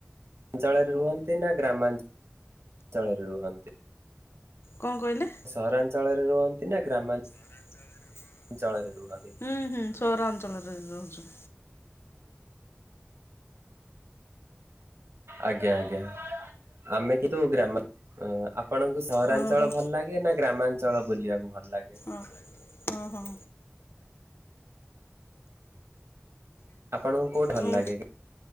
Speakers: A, on the right (about 80°); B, on the left (about 70°).
A: ଅଞ୍ଚଳରେ ରୁହନ୍ତି ନା ଗ୍ରାମା ଅଞ୍ଚଳରେ ରୁହନ୍ତି?
B: କଣ କହିଲେ?
A: ସହରାଞ୍ଚଳରେ ରୁହନ୍ତି ନା ଗ୍ରାମା
B: <unintelligible>
A: ଞ୍ଚଳରେ ରୁହନ୍ତି।
B: ହୁଁ ହୁଁ ସହରାଞ୍ଚଳରେ ରହୁଚୁ।
A: ଆଜ୍ଞା ଆଜ୍ଞା। ଆମେ କିନ୍ତୁ ଗ୍ରାମା ଅ ଆପଣଙ୍କୁ ସହରାଞ୍ଚଳ
B: ହଁ ହୋ
A: ଭଲ ଲାଗେ ନା ଗ୍ରାମାଞ୍ଚଳ ବୁଲିବାକୁ ଭଲ ଲାଗେ?
B: ଅ ଅ ହଁ।
A: ଆପଣଙ୍କୁ କୋଉଠି
B: ଆଉ
A: ଭଲ ଲାଗେ?